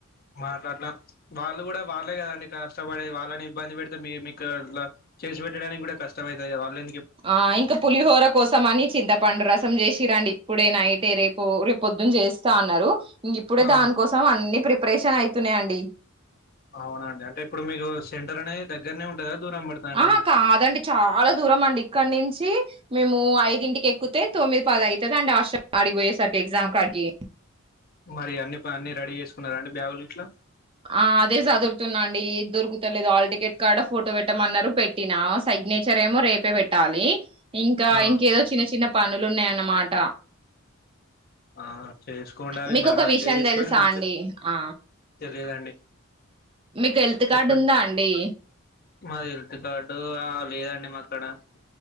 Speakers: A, on the left; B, on the right.
A: మాట్లాడలాం వాళ్ళు కూడా వాళ్ళే కదండి కష్టపడే వాళ్ళని ఇబ్బంది పెడితే మీ మీకు ఇలా చేసి పెట్టడానికి కూడా కస్టమైతది వల్లే
B: ఆ ఇంకా పులిహోర కోసం అని చింతపండు రసం చేసి రండి ఇప్పుడే నైటే రేపు రేపు పొద్దున్న చేస్తా అన్నారు ఇప్పుడే
A: ఆ
B: దాని కోసం అన్ని ప్రిప ఆపరేషన్ అయితునయి అండి
A: అవునండి అంటే ఇప్పుడు మీకు సెంటర్ అనే దగ్గరనే ఉంటదా దూరం పడతాదండి
B: ఆహా కాదండి చాలా దూరం అండి ఇక్కడ నుంచి <unintelligible> మేము ఐదింటికి ఎక్కుతే తొమ్మిది పద అయితాదండి హాస్టల్ అడికిపోయే సరికి ఎగ్జామ్ కడికీ
A: మరి అన్ని రెడీ చేసుకున్నార అండి బ్యాగులు గిట్ల
B: ఆ అదే చదురుతున్నాండి దొరుకు పట్టలేదు ఆల్ టికెట్ కాడ ఫోటో పెట్టమన్నరు పెట్టినా సిగ్నేచర్ ఏమో రేపే పెట్టాలి ఇంకా
A: ఆ
B: ఇంకేదో చిన్న చిన్న పనులున్నయన్నమాట
A: ఆ చేస్కోండి అవి
B: మీకు
A: మరి
B: ఒక
A: మంచిగా
B: విషయం
A: చేస్కోని
B: తెలుసా
A: మంచి
B: అండి ఆ
A: తెలియదండి
B: మీకు హెల్త్
A: చెప్పండి
B: కార్డు ఉందా అండి
A: మా హెల్త్ కార్డు ఆ లేదండి మాక్ ఎక్కడ